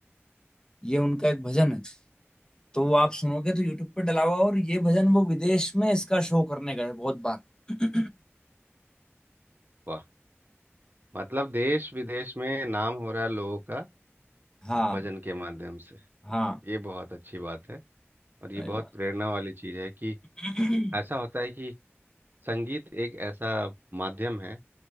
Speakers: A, on the left; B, on the right.
A: ये उनका एक भजन है तो वो आप सुनोगे तो यूट्यूब पे डला हुआ और ये भजन वो विदेश में इसका शो करने गए बहुत बार <clears throat>
B: वाह मतलब देश विदेश में नाम हो रहा है लोगों का
A: हाँ
B: भजन के माध्यम से
A: हाँ
B: ये बहुत अच्छी बात है और ये
A: अरे
B: बहुत प्रेरणा वाली चीज है कि
A: वाह <clears throat>
B: ऐसा होता है कि संगीत एक ऐसा माध्यम है